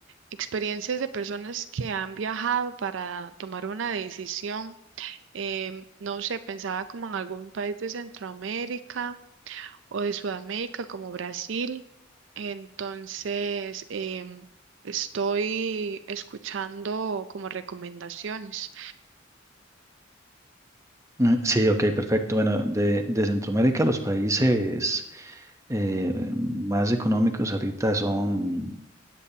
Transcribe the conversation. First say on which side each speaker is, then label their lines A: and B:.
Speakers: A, on the right; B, on the right.
A: experiencias de personas que han viajado para tomar una decisión. Em, no sé, pensaba como en algún país de Centroamérica o de Sudamérica como Brasil. Entonces, em, estoy escuchando como recomendaciones.
B: Mm, Sí, ok, perfecto. Bueno, de, de Centroamérica los países eh, más económicos ahorita son